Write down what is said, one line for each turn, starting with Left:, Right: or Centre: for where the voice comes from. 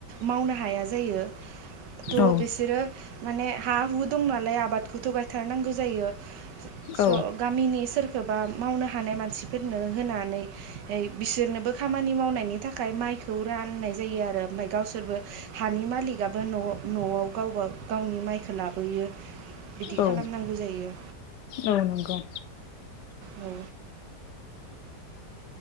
Right: मावनो हाया जायो। थ'
Left: औ
Right: बिसोरो माने हा हु दं नालाय आबादखौथ' गायथारनांगौ जायो। स'
Left: औ
Right: गामिनि सोर खोबा मावनो हानाय मानसिफोरनो होनानै बिसोरनोबो खामानि मावनायनि थाखाय माइखौ राननाय जायो आरो ओमफ्राय गावसोर सोरबो हानि मालिकआबो न' न'आव गावबा गावनि माइखो लाबोयो। बिदि
Left: औ
Right: खालामनांगौ जायो।
Left: औ नंगौ
Right: औ